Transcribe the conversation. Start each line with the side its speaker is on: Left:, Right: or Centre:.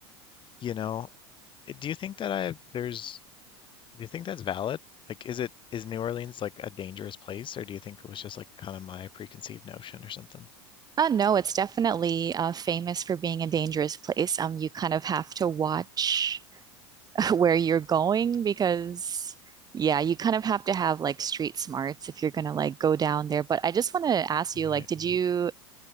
Left: you know, eh, do you think that I there's do you think that's valid? Like, is it is New Orleans like a dangerous place, or do you think it was just like kind of my preconceived notion or something?
Right: Oh no, it's definitely uh, famous for being a dangerous place. Um, you kind of have to watch. like where you're going because yeah, you kind of have to have like street smarts if you're gonna like go down there. But I just want to ask
Left: Right.
Right: you, like, did you